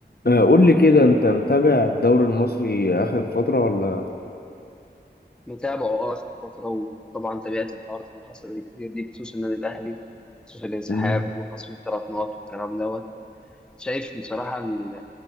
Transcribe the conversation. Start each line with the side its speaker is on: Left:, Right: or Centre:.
Left: آه، قول لي كده انت متابع الدوري المصري اخر فترة ولا
Centre: متابعه اه اخر فتره وطبعا تابعت الحوارات اللي حصلت كتير دي بخصوص النادي الاهلي بخصوص الانسحاب
Left: مم.
Centre: وخصم الثلاث نقط والكلام دوت شايف بصراحه ال-